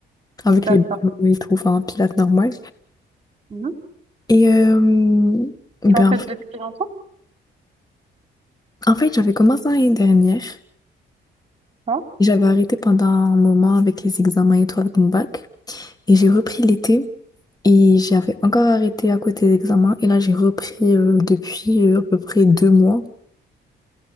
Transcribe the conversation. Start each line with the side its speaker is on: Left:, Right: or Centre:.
Left: Avec
Right: D'accord.
Left: les ballons et tout, enfin, un pilate normal.
Right: Mhm.
Left: Et euh, ben,
Right: Tu en fais
Left: en fait,
Right: depuis longtemps?
Left: en fait, j'avais commencé l'année dernière.
Right: Pas
Left: et J'avais arrêté pendant un moment avec les examens et tout, avec mon bac. Et j'ai repris l'été. Et j'avais encore arrêté à côté des examens. Et là, j'ai repris euh, depuis euh, à peu près deux mois.